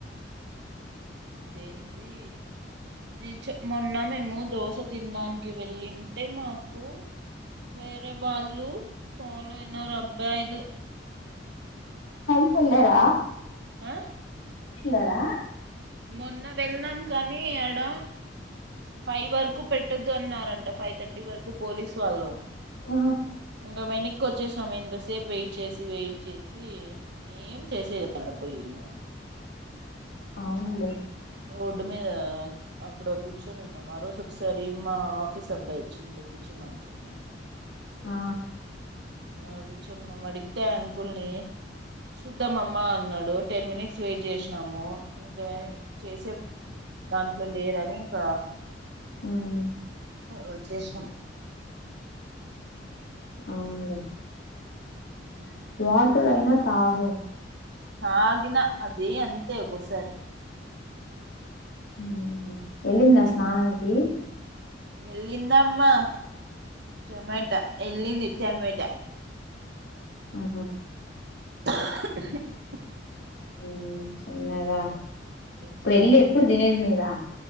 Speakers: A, on the right; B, on the left.
A: అదేంది నౄను చౄమొన్న మేము దోశ తినడానికి వెళ్ళింటే మాకు వేరే వాళ్ళు ఫాలో అయినారు అ బ్బాయిలు
B: అంద ఎల్లార
A: ఆ
B: లారా
A: మొన్న వెళ్నాం కానీ అడ ఫైవ్ వరకు పెట్టొద్దు అన్నారంట ఫైవ్ థర్టీ వరకు పోలీసు వాళ్ళు
B: ఓహ
A: ఉంగ వెనిక్ వచ్చేసినాం ఇంతసేపు వెయిట్ చేసి వెయిట్ చేసి ఏం చేసేది అడ పోయి ఇంగ
B: అవునులే
A: రోడ్డు మీద అక్కడ కూర్చునిన్నాం ఆ రోజు ఒకసారి మా ఆఫీస్ అబ్బాయి వచ్చింటే కూర్చున్నాం చూడమ
B: ఆ
A: <inaudible> చున్నాం అడిగితే అంకుల్ని చూద్దామమ్మా అన్నాడు టెన్ మినిట్స్ వెయిట్ చేసినాము ఇంకా చేసే దాంట్లో లేరని ఇంకా
B: ఉమ్
A: వచ్చేషినం
B: అవునులే
A: ఉ
B: వాటర్ అయినా తాగు
A: తాగిన అదీ అంతే ఒకోసారి
B: ఊహు ఎల్లిందా స్నానానికి
A: ఎల్లిందమ్మా టొమటా ఎల్లింది టమేటా
B: ఆహా
A: <inaudible>
B: ఉమ్ చిన్నగా ఇప్పుడెళ్ళి
A: ఎంతసేపుకి వస్తది
B: ఎప్పుడు తినేది మీరా